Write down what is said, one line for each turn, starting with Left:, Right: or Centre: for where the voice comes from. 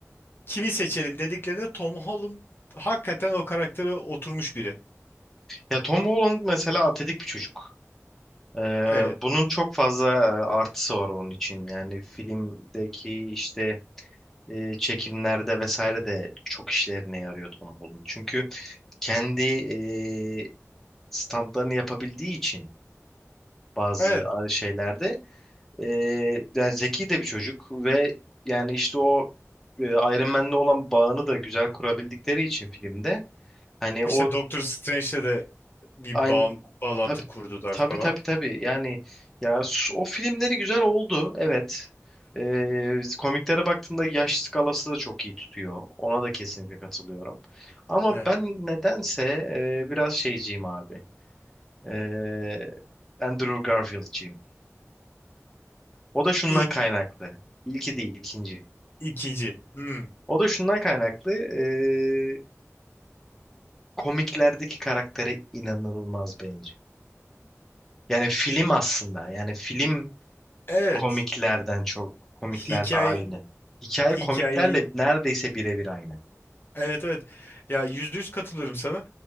Left: kimi seçelim dediklerinde Tom Holland hakikaten o karaktere oturmuş biri.
Centre: Ya Tom Holland mesela atletik bir çocuk. Ee,
Left: Evet.
Centre: bunun çok fazla e, artısı var onun için. Yani filmdeki işte e, çekimlerde vesaire de çok işlerine yarıyor Tom Holland. Çünkü kendi e, standlarını yapabildiği için bazı
Left: Evet.
Centre: şeylerde E, yani zeki de bir çocuk ve yani işte o e, Iron Man'le olan bağını da güzel kurabildikleri için filmde hani
Left: İşte
Centre: o
Left: Doctor Strange'le de bir
Centre: aynı
Left: bağ bağlantı
Centre: tabii
Left: kurdular
Centre: tabii
Left: falan.
Centre: tabii tabii yani ya s- o filmleri güzel oldu evet. E, komiklere baktığımda yaş skalası da çok iyi tutuyor. Ona da kesinlikle katılıyorum. Ama
Left: Evet.
Centre: ben nedense e, biraz şeyciyim abi. E, Andrew Garfield'ciyim. O da şundan
Left: İlk
Centre: kaynaklı. İlki değil, ikinci.
Left: ikinci. Hmm.
Centre: O da şundan kaynaklı. eee, komiklerdeki karaktere inanılmaz benziyor. Yani film aslında. Yani film
Left: Evet.
Centre: komiklerden çok komiklerle
Left: Hikaye
Centre: aynı. Hikaye
Left: hikayeyi
Centre: komiklerle neredeyse birebir aynı.
Left: Evet evet. Ya yüzde yüz katılıyorum sana.